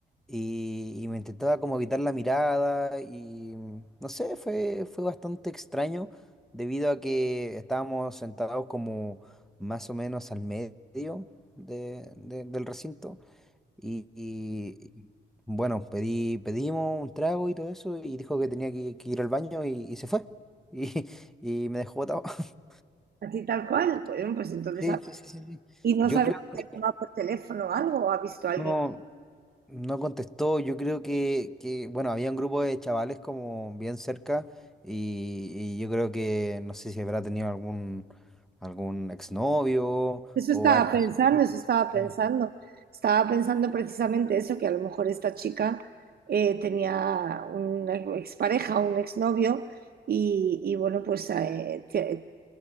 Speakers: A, in the centre; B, on the right.
A: y, y me intentaba como evitar la mirada y mm, no sé, fue, fue bastante extraño debido a que estábamos sentados como más o menos al medio de- de- del recinto y, y, bueno, pedí, pedimos un trago y todo eso y dijo que tenía que, que ir al baño y, y se fue <laughs> y, y me dejó botado. <laughs>
B: Así tal cual, pues, bueno, pues entonces,
A: Sí,
B: a-
A: sí, sí, sí. sí.
B: y no
A: Yo
B: sabe
A: creo
B: si
A: que
B: ha llamado por teléfono o algo, o ha visto a alguien.
A: no. No contestó, yo creo que, que, bueno, había un grupo de chavales como bien cerca y, y yo creo que no sé si habrá tenido algún, algún exnovio
B: Eso
A: o
B: estaba
A: algo
B: pensando,
A: así.
B: eso estaba pensando.
A: Eh,
B: Estaba pensando precisamente eso, que a lo mejor esta chica eh, tenía una expareja o un exnovio y, y bueno, pues eh, te-